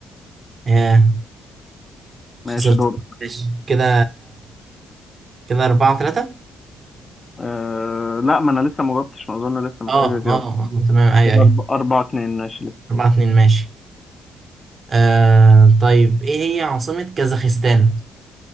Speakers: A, on the right (about 40°); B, on the left (about 25°).
A: ياه
B: ماشي
A: خسرت
B: دور
A: ماشي كده كده أربعة ثلاثة
B: أه لا ما انا لسه ما جاوبتش ما اظن لسه محتاج
A: اه
B: اجاوب
A: اه آه، تمام أيوة
B: كده
A: أيوة
B: أرب- أربعة اتنين ماشي لسه
A: أربعة اتنين ماشي آه طيب إيه هي عاصمة كازاخستان؟